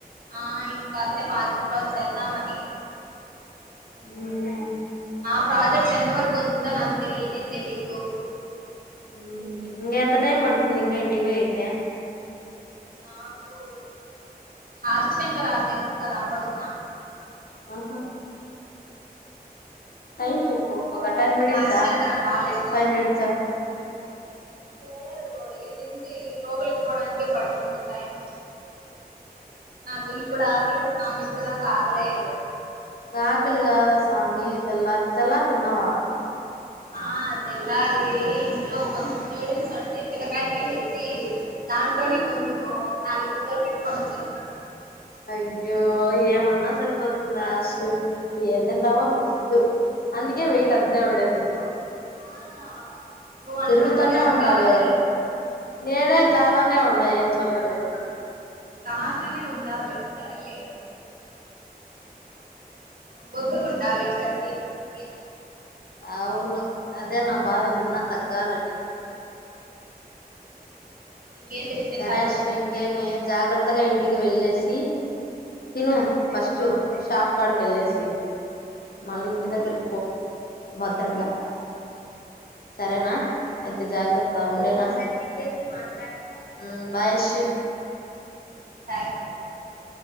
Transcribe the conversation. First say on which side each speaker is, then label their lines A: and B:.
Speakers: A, on the right; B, on the left.
A: ఆ ఇంకాసేపు అగినతర్వత చేద్దామని.
B: మ్మ్
A: మా ప్రాజెక్ట్ ఎంతవరకు వచ్చిందో నాక్. తెలీనే తెలీదు.
B: ఉమ్ ఇంగ ఎంత టైం పడుతుంది ఇంగా ఇంటిపోయెకే.
A: నాకూ. ఆదిశంకరా తెలుసు కదా. పడున్నా.
B: అహా టైమ్ జెప్పు. ఒక టెన్ మినిట్స్
A: ఆదిశంకర
B: ఆ
A: కాలేజ్
B: ఫైవ్ మినిట్స్ ఆ.
A: లేదు ఈడ్నించి లోపలికి పోడానికి పడుతుంది టైము. నాకు ఇప్పుడాకలేస్తాంది ఇప్పుడ్దాక ఆకలే ఎయలే.
B: ఆకలి గాదా స్వామి తెల్లార్ తెల్లార్ దిన్నవ.
A: ఆ తెల్లారీ ఇంట్లో కొంచెం న్యూడిల్స్ వొండి పిల్లకాయలకేసిచ్చి. దాంట్లొనె కొంచెమూ. నాలుగు ముద్దలు పెట్టుకొని ఒచ్చేసా.
B: అయ్యో ఏమన్న సరిపోతుందాశ్. ఎంతింటావోనువ్ ఫుడ్డు. అందుకె వెయిట్ అంతే ఉండది.
A: ఆ. నువ్వు మాత్రం
B: తిరుగుతానే
A: భలే ఉంటావని
B: ఉంటావె నేనే. చాలానే ఉడ్డాయ్ ఏం చిల్లెద్ ఏం.
A: తాంగనే ఉండాలే సరేలే. పొద్దుగుండలే ప్రతి.
B: ఎ అవును. దే నా బాధ బిన్నా తగ్గాలని.
A: ఇంకేంటి విశేషాలు
B: సరశిం కేమీ. జాగ్రత్తగ ఇంటికి వెళ్ళేసి. తిను ఫస్టు షాప్ కాడ్కెళ్ళేసి. మళ్ళీ ఇంటి దగ్గరక్ పో బద్రంగా సరేనా. జాగ్రత్త ఉండేనా. చేస్ మాట్లాడ్నగ. ఉమ్ బాయేషు.
A: ఉమ్.